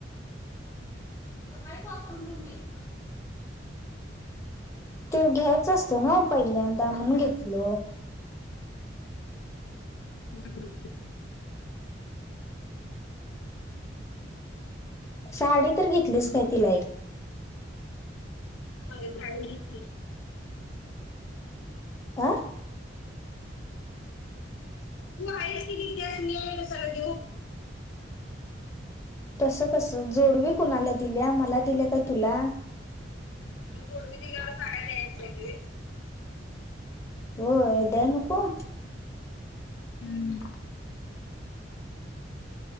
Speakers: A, on the left; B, on the left.
A: सकाळी का <unintelligible> ते घ्यायच असते ना पहिल्यांदा म्हणून घेतल
B: हम्म
A: साडी तर घेतलीस काय तिला एक
B: साडी <unintelligible>
A: आ
B: तू आहेस कि ततिच मी आहे कसाला देऊ?
A: तस कस जोडवे कुणाला दिल्या मला दिल्या काय तुला?
B: मग जोडवी दिल्याला साड्या द्याय वय?
A: हो द्या नको?
B: हम्म